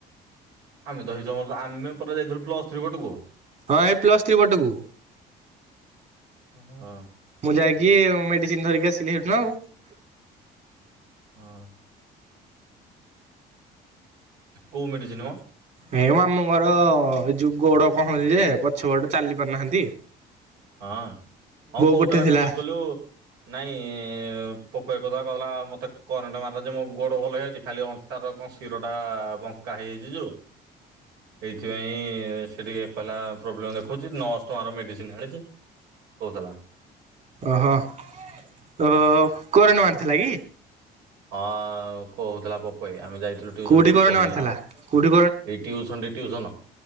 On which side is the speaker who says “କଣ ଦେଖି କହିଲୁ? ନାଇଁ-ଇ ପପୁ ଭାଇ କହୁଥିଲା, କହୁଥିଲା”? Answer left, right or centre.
Right